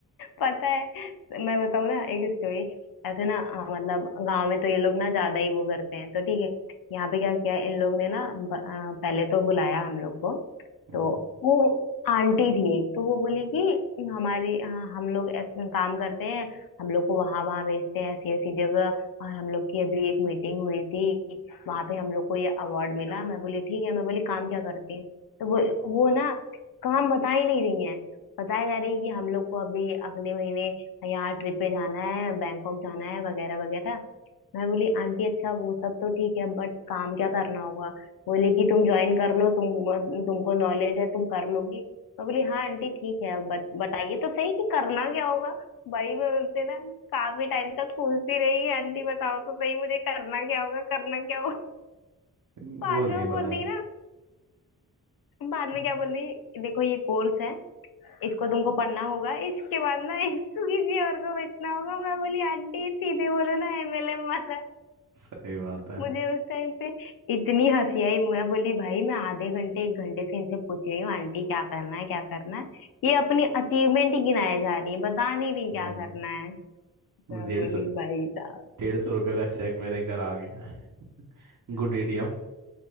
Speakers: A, on the left; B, on the right.
A: पता है मैं बताऊँ ना एक स्टोरी ऐसे ना अ, मतलब गांव में तो ये लोग ना ज्यादा ही वो करते हैं तो ठीक है यहाँ पे क्या किया इन लोग ने ना ब- अ, पहले तो बुलाया हम लोग को
B: हम्म।
A: तो वो आंटी थी एक तो वो बोली कि हमारी हाँ, हम लोग एक काम करते हैं हम लोग को वहां वहां भेजते हैं ऐसी ऐसी जगह और हम लोग की अभी एक मीटिंग हुई थी वहां पे हम लोग को ये अवार्ड मिला मैं बोली ठीक है मैं बोली काम क्या करती है तो वो वो ना काम बता ही नहीं रही है बताया जा रही है कि हम लोग को अभी अगले महीने यहाँ ट्रिप पे जाना है बैंकॉक जाना है वगैरह वगैरह मैं बोली आंटी अच्छा वो सब तो ठीक है बट काम क्या करना होगा बोली कि तुम ज्वाइन कर लो तुम तुमको नॉलेज है तुम कर लोगी मैं बोली हाँ आंटी ठीक है बत, बताइए तो सही कि करना क्या होगा भाई मैं बोलते ना काफी टाइम तक पूछती रही कि आंटी बताओ तो सही मुझे करना क्या होगा करना क्या होगा
B: वो
A: बाद
B: नहीं
A: में वो बोल
B: बताई
A: रही ना बाद
B: <laughs>
A: में क्या बोल रही देखो ये कोर्स है इसको तुमको पढ़ना होगा इसके बाद ना <laughs> इसको किसी और को बेचना होगा मैं बोली आंटी सीधे बोलो ना एमएलएम वाला
B: सही बात है
A: मुझे उस टाइम पे इतनी हंसी आई मैं बोली भाई मैं आधे घंटे एक घंटे से इनसे पूछ रही हूँ आंटी क्या करना है क्या करना है ये अपनी अचीवमेंट ही गिनाए जा रही है बता नहीं रही क्या
B: हम्म।
A: करना है मैं
B: डेढ़
A: बोली
B: सौ
A: भाई साहब
B: डेढ़ सौ रुपये का चेक मेरे घर आ गया है <laughs> गुड एडीएम